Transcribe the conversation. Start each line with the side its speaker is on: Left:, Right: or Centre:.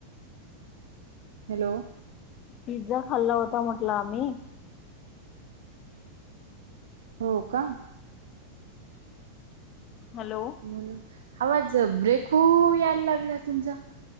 Right: हॅलो
Left: पिझ्झा खाल्ला होता म्हटल आम्ही.
Right: हो का?
Left: <inaudible> हलो.
Right: म्हणून, आवाज अ ब्रेक हू यायला लागला तुमचा.